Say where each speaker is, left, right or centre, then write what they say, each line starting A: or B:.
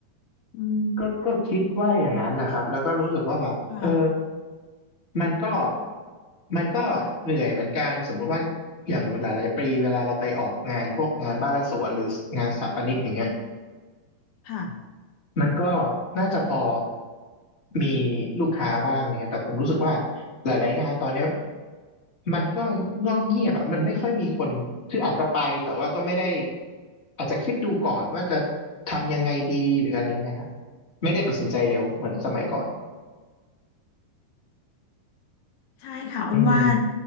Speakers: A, on the left (about 75°); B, on the left (about 20°).
A: อืม
B: ก็ก็คิดว่าอย่างนั้นนะครับแล้วก็รู้สึกว่าแบบเออ
A: ค่ะ
B: มันก็มันก็เหนื่อยเหมือนกันสมมุติว่าอย่างหลายๆปีเวลาเราไปออกงานพวกงานบ้านและสวนหรืองานสถาปนิกอย่างเงี้ย
A: ค่ะ
B: มันก็น่าจะพอมีลูกค้าบ้างเนี่ยแต่ผมรู้สึกว่าหลายๆงานตอนเนี้ย มันก็เงียบเงียบอ่ะมันไม่ค่อยมีคนคืออาจจะไปแต่ว่าก็ไม่ได้อาจจะคิดดูก่อนว่าจะทำยังไงดีหรืออะไรเงี้ยฮะไม่ได้ตัดสินใจเร็วเหมือนสมัยก่อน
A: ใช่ค่ะอ้นว่า
B: อืม